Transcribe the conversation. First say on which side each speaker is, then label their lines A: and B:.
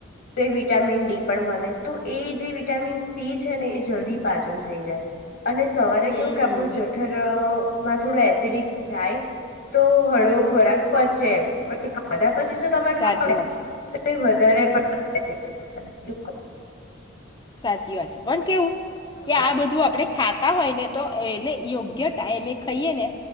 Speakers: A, on the left; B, on the left.
A: તો એ વિટામિન ડી પણ મળે તો એ જે વિટામિન સી છે ને જલ્દી પાચન થઈ જાય. અને સવારે
B: હમ
A: કેવું કે આપણું જઠર માં થોડું એસિડિક જાય તો હળવો ખોરાક પચે એમ પણ ખાધા પછી જો તમે
B: સાચી
A: ખાવ ને
B: વાત છે
A: તો એ વધ વધારે પણ <inaudible>
B: સાચી વાત છે. પણ કેવું કે
A: કારણ
B: આ બધું આપડે ખા કરતા હોય ને તો એટલે યોગ્ય ટાઈમે ખાઈએ ને